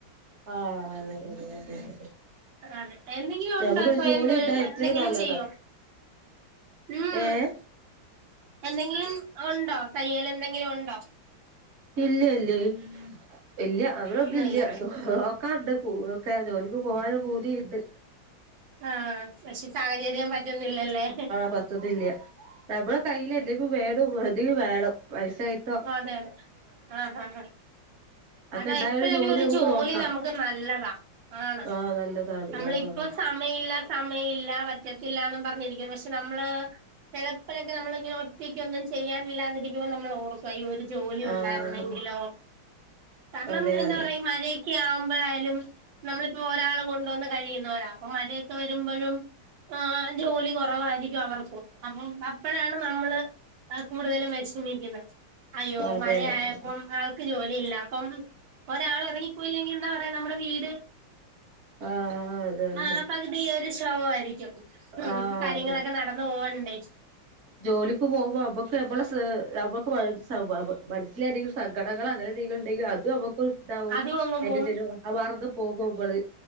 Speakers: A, on the right (about 40°); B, on the right (about 65°).
A: ആഹ് അതെ അതെ അതെ അതെ
B: അതെ എന്തെങ്കി ഒണ്ടോ?
A: നമുക്കൊരു
B: ഇപ്പൊ സ്വയം
A: ജോലി
B: തൊഴില്
A: ഉണ്ടായ എത്രയും
B: എന്തെങ്കിലും
A: നല്ലതാ
B: ചെയ്യോ? മ് ഹ്
A: ഏഹ്
B: ഹ് എന്തെങ്കിലും ഒണ്ടോ തയ്യലെന്തെങ്കിലും ഒണ്ടോ?
A: ഇല്ല ഇല്ലേ ഇല്ല്യ അങ്ങനൊന്നുല്ല്യ
B: ഒന്നുമില്ല
A: നോക്കാണ്ട് പൂ ഒക്കെ ജോലിക്ക് പോവാല്ല പൂതീണ്ട്
B: ആഹാ പക്ഷെ സാഹചര്യം പറ്റ്ന്നില്ലല്ലേ?
A: പത്ത്ന്നില്ല്യ നമ്മള കയ്യിലെന്തെങ്കു വേണു എന്തെങ്കി വേണം പൈസായി
B: അതെ അതെ ഹ ഹ ഹാ
A: അതൊക്കെ
B: അതാ
A: ഉണ്ടായൊരു
B: എപ്പയാലും ഒരു
A: നമുക്ക്
B: ജോലി
A: നോക്കാം
B: നമ്മക്ക് നല്ലതാ ആണ്
A: ആഹ് നല്ലതാണ്
B: നമ്മളിപ്പോ
A: ആഹ്
B: സമ സമയില്ല സമയില്ല പറ്റത്തില്ല പറഞ്ഞിരിക്കും പക്ഷെ നമ്മള് ചെലപ്പയൊക്കെ നമ്മളിങ്ങനെ ഒറ്റയ്ക്ക് ഒന്നും ചെയ്യാനില്ലാതിരിക്കുമ്പോൾ നമ്മളോർക്കും അയ്യോ ഒരു ജോലി
A: ആഹ്
B: ഒണ്ടായിരുന്നെങ്കിലോ കാരണം
A: അതെ
B: എന്താ
A: അതെ
B: പറയ ഈ മഴയൊ ക്കെ ആവുമ്പോഴായാലും നമ്മളിപ്പോ ഒരാള് കൊണ്ടുവന്ന് കഴിയുന്നോരാ അപ്പൊ മഴയൊക്കെ വരുമ്പഴും ആഹാ ജോലി കൊറവായിരിക്കും അവർക്കും അപ്പൊ അപ്പഴാണ് നമ്മള് ആഹ് കൂടുതലും വെഷമിക്കുന്നെ അയ്യോ
A: അതെ
B: മഴ
A: അതെ
B: ആയപ്പോ
A: അതെ
B: ആൾ ക്ക് ജോലിയില്ല അപ്പം ഒരാള് ഇറങ്ങിപ്പോയില്ലെങ്കി എന്താപറിയാ നമ്മടെ വീട്
A: ആഹ് അതെ അതെ
B: ആഹ് പകുതിയൊരു ശോകവായിരിക്കും
A: ആഹ്
B: കാര്യങ്ങളൊക്കെ
A: അതെ
B: നട <unintelligible>
A: ജോലിക്ക് പോകുമ്പോ അമ്മക്ക് അമ്മളെ ഇസ് നമുക്ക് മനസ്സില് മനസ്സിലെന്തെങ്കിലും സങ്കടങ്ങളോ അങ്ങനെന്തേങ്കിലുണ്ടെങ്കി അതും നമുക്കൊരു സമാധാ ന്താവും
B: അതും അങ്ങ്
A: അയിന്റെടേല്
B: പോവും
A: മർന്ന് പോകും അമ്മള്